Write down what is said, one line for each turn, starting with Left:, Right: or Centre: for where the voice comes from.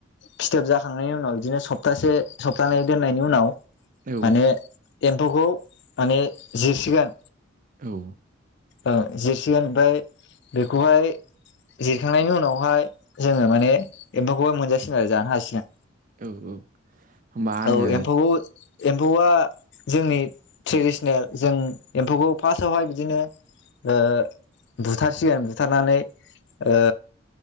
Left: फिथोब जाखां नायनि उनाव इदिनो सफ्थासे सफ्थानै दोननायनि उनाव
Right: औ
Left: माने एम्फौखौ माने जिरसिगोन।
Right: औ
Left: ओ जिरसिगोन ओमफ्राय बेखौहाय जिरखांनायनि उनावहाय जोंङो माने एम्फौखौहाय मोनजासिगोन आरो जानो हासिगोन।
Right: औ औ होमबा आङो
Left: औ एम्फौखौ एम्फौआ जोंनि ट्रेडिसनेल जों एम्फौखौ फार्स्टआवहाय बिदिनो ओ बुथारसिगोन बुथारनानै ओ